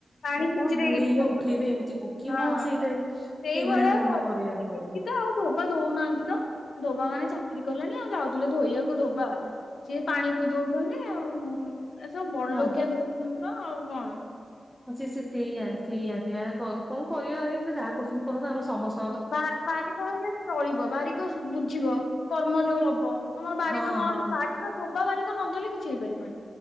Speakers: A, on the left; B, in the centre.
A: ପାଣି ଛିଞ୍ଚି
B: କଣ
A: ଦେଇକି
B: ବୁଡେଇବେ
A: ଯିବେ ନହେଲେ
B: ଉଠେଇବେ ଏମିତି କ କି
A: ହଁ
B: କଣ ସେଇଟା ସେଇ
A: ସେଇଭଳିଆ
B: ଭଳିଆ କଣ
A: କରିବେ
B: ଟେ କରିବାକୁ
A: ଏଠି
B: ପଡିବ।
A: ତ ଆଉ ଧୋବା ଦଉନାହାନ୍ତି ତ ଧୋବା ମାନେ ଚାକିରି କଲେଣି ଆଉ ଯାଉଥିଲେ ଧୋଇବାକୁ ଧୋବା ସିଏ ପାଣି ଦେଇ ଦଉଛନ୍ତି ଆଉ। ଏ ସବୁ ବଡଲୋକିଆ
B: ହଁ
A: ଦଉଛନ୍ତି ତ ଆଉ କଣ।
B: ଆ ସ ସେଇଆ ସେଇଆ କଣ କରିବା ଆଉ ସେ ଯାହା କରୁଛନ୍ତି କନ ଆମେ ସମସ୍ତେ
A: ବାରିକ ହେଲେ ଚଳିବ ବାରିକ ବୁଝିବ କର୍ମ ଯୋଉ ହବ ତମର ବାରିକ
B: ହଁ
A: ନ
B: ହଁ
A: ବାରିକ ଧୋବା ବାରିକ ନଧେଲେ କିଛି ହେଇପାରିବନି।